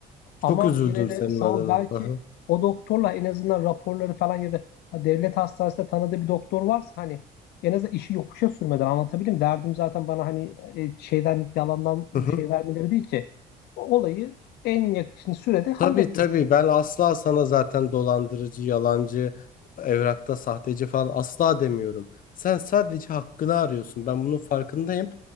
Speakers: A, on the left; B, on the left.
A: Ama
B: Çok üzüldüm
A: yine de
B: senin
A: sağ
B: adına.
A: ol belki
B: Hı hı.
A: o doktorla en azından raporları falan ya da ha, devlet hastanesinde tanıdığı bir doktor varsa hani en azından işi yokuşa sürmeden anlatabilirim. Derdim zaten bana hani e, şeyden yalandan
B: <laughs>
A: şey vermeleri değil ki. O olayı en yakın sürede halletmek
B: Tabii tabii
A: sağ ol.
B: ben asla sana zaten dolandırıcı, yalancı, evrakta sahteci falan asla demiyorum. Sen sadece hakkını arıyorsun. Ben bunun farkındayım.